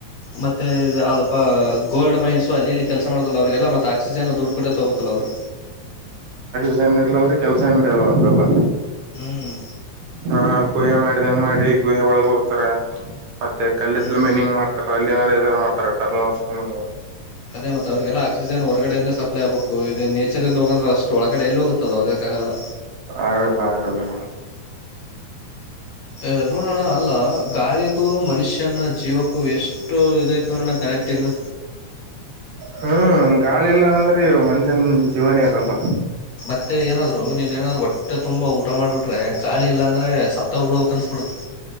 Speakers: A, on the left; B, on the right.
A: ಮತ್ತೆ ಇ ಯಾವ್ದಪ್ಪ ಗೋಲ್ಡ್ ಮೈನ್ಸು ಅಲ್ಲಿಲ್ಲಿ. ಕೆಲ್ಸ ಮಾಡ್ತಿದ್ರಲಅವ್ರರಿಗೆಲ್ಲಾ ಮತ್ತೆ ಆಕ್ಸಿಜನ್ ದುಡ್ಡು ಕೊಟ್ಟೆ ತಗಬೇಕಲ್ಲ. ಅವ್ರು
B: -ನ್ ಇಡ್ಲ್ ಅಂದ್ರೆ ಕೆಲಸ ನಡೆಲ್ಲ ಅವ್ರಲ್ಲ.
A: ಹ್ಮ್,,
B: ಹ ಗುಹೆ ಮಾಡಿದಂಗ ಮಾಡಿ ಗುಹೆ ಒಳಗ ಹೋಗ್ತಾರ. ಮತ್ತೆ ಕಲ್ಲಿದ್ದ
A: ಹ್ಮ್
B: ಮೇನ್ ಹಿಂಗ ಮಾಡ್ತಾರ. ಅ ಮಾಡತ <unintelligible>
A: ಅದೇ ಮತ್ತ ಅವ್ರಿಗೆಲ್ಲ ಆಕ್ಸಿಜನ್ ಹೊರಗಡೆಯಿಂದೇ ಸಪ್ಲೈ ಆಗ್ಬೇಕು. ಇದೇ ನೇಚರಿಂದ ಹೋಗಂದ್ರೆಷ್ಟು ಒಳಗಡೆ ಎಲ್ಲಿ ಹೋಗುತ್ತಲ್ಲ ಹೋಗ ಕಾಗಲ್. ಲ
B: ಆಗಲ್ಲ, ಆಗಲ್ಲ,,
A: ಅ ನೋಡೋಣ ಅಲ್ಲ ಗಾಳಿಗೂ ಮನುಷ್ಯನ ಜೀವಕ್ಕೂ ಹ ಎಷ್ಟು ಇದೈತ ನಣ ಕನೆಕ್ಟಿಂಗ್.
B: ಹ್ಮ್ ಗಾಳಿಲ್ಲಾ ಅನಂದ್ರೆ ಮನ್ಷ್ಯನ್ ಜೀವನೇ ಇರಲ್ಲ.
A: ಮತ್ತೆ ಏನಾದ್ರು ನೀನ್ ಏನಾದ್ರು ಹೊಟ್ಟೆ ತುಂಬಾ ಊಟ ಮಾಡ್ಬಿಟ್ರೆ. ಗಾಳಿ ಇಲ್ಲಾಂದ್ರೆ ಸತ್ತೋಗ್ಬ ಬಿಡಕ್ ಅನ್ಸ್ಬಿಡುತ್ತೆ.